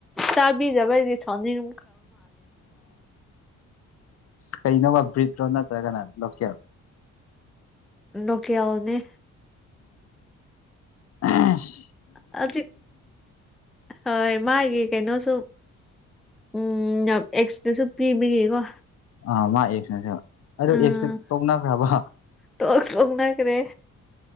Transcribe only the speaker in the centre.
ꯆꯥꯕꯤꯗꯕ ꯍꯥꯏꯗꯤ ꯁꯥꯎꯅꯤꯡ
ꯅꯣꯀꯦꯜ ꯅꯦ
ꯍꯧꯖꯤꯛ ꯍꯣꯏ ꯃꯥꯒꯤ ꯀꯩꯅꯣꯁꯨ ꯎꯝ ꯌꯥꯝ ꯑꯦꯛꯁꯇꯁꯨ ꯄꯤꯕꯤꯒꯀꯣ
ꯎꯝ
ꯇꯣꯛ ꯇꯣꯛꯅꯈ꯭ꯔꯦ